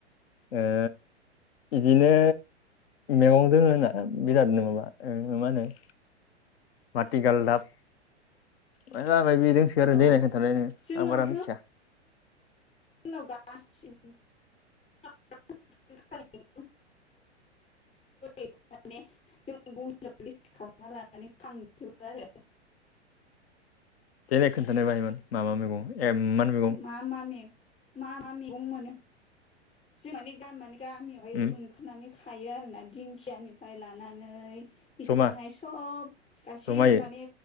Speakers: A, on the left; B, on the left.
A: ओ इदिनो मेगं दोङो ना बिरादनो माबा ओ मा होनो? माथि गालदाब मायबा मायबि दोंसो गारो
B: औ
A: देनाय खोन्थानाय नो
B: जोंनावथ'
A: आं बारा मिथिया।
B: जोंनाव गासिबो <unintelligible> एक्स' माने जों बहियाव लिस्टि खालामना लानानै खांजोबो आरो
A: देनाय खोन्थानाय <unintelligible> मा मा मेगं एममान मेगं।
B: मा मा मे मा मा मेगं मोनो जों माने गामि मानि गामियावहाय
A: उम
B: <unintelligible> खोनानै खायो आरोना दिंखियानिफ्राय लानानै इथिंहाय
A: जमा
B: सब गासै
A: जमायै
B: माने